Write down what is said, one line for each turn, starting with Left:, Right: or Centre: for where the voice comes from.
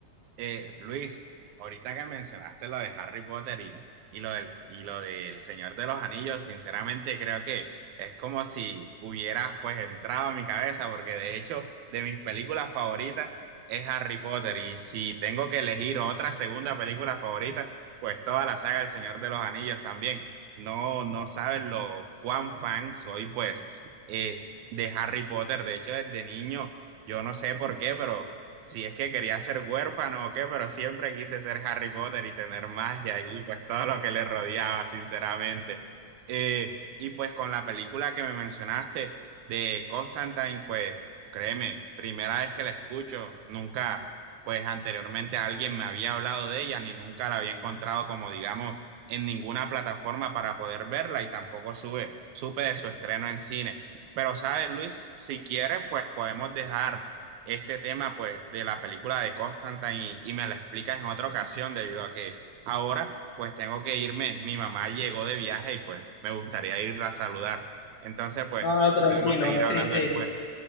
Right: Eh, Luis, ahorita que mencionaste lo de Harry Potter y, y lo del, y lo del Señor de los Anillos, sinceramente creo que es como si hubieras pues entrado a mi cabeza, porque de hecho de mis películas favoritas es Harry Potter y si tengo que elegir otra segunda película favorita, pues toda la saga del Señor de los Anillos también. No, no saben lo cuán fan soy pues eh, de Harry Potter, de hecho desde niño, yo no sé por qué, pero si es que quería ser huérfano o qué, pero siempre quise ser Harry Potter y tener magia y pues todo lo que le rodeaba, sinceramente. Eh, y pues con la película que me mencionaste de Constantine, pues créeme, primera vez que la escucho, nunca, pues anteriormente alguien me había hablado de ella ni nunca la había encontrado como digamos en ninguna plataforma para poder verla y tampoco sube, supe de su estreno en cine. Pero sabes, Luis, si quieres, pues podemos dejar este tema pues de la película de Constantine y, y me la explicas en otra ocasión debido a que ahora pues tengo que irme, mi mamá llegó de viaje y pues me gustaría irla a saludar. Entonces pues
Left: No, no, tranquilo,
Right: podemos seguir
Left: sí,
Right: hablando
Left: sí.
Right: después.